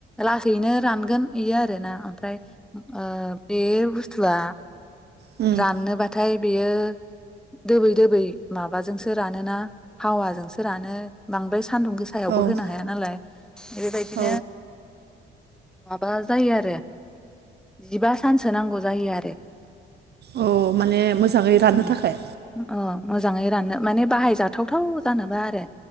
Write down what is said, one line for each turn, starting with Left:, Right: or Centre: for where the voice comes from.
Centre: ला थैनो रानगोन बेयो आर ना ओमफ्राय ओ बे बुस्थुआ
Right: उम
Centre: राननो बाथा <inaudible> बेयो दोबै दोबै माबाजोंसो रानोना हावाजोंसो रानो बांद्राय सान्दुं गोसायावबो
Right: औ
Centre: होनो हाया नालाय बिबायदिनो
Right: औ
Centre: माबा जायो आरो। जिबा सानसो नांगौ जायो आरो
Right: औ माने मोजाङै राननो
Centre: उम
Right: थाखाय
Centre: अ मोजाङै राननो माने बाहायजाथ थावथाव जानोबा आरो